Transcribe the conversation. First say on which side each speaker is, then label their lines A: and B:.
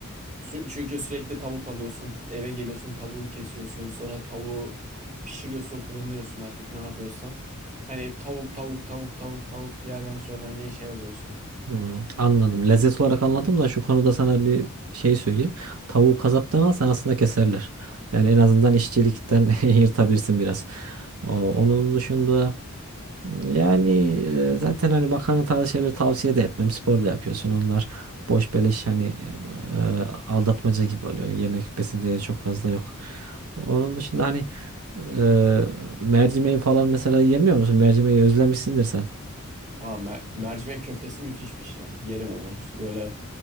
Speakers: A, on the right (about 35°); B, on the right (about 80°).
A: Sü- Çünkü sürekli tavuk alıyorsun, eve geliyorsun, tavuğu kesiyorsun, sonra tavuğu pişiriyorsun, fırınlıyorsun artık ne yapıyorsan. Hani tavuk, tavuk, tavuk, tavuk, tavuk bir yerden sonra hani şey oluyorsun.
B: Hmm, anladım. Lezzet olarak anladım da şu konuda sana bir şey söyleyeyim. Tavuğu kasaptan alsan aslında keserler. Yani en azından işçilikten <laughs> yırtabilirsin biraz. O- Onun dışında yani e, zaten hani makarna tarzı şeyleri tavsiye de etmem. Spor da yapıyorsun. Onlar boş beleş hani e, aldatmaca gibi oluyor. Yemek besin değeri çok fazla yok. Onun dışında hani e, mercimeği falan mesela yemiyor musun? Mercimeği özlemişsindir sen.
A: Aa, mer- mercimek köftesi müthiş bir şey. Yerim onu. Böyle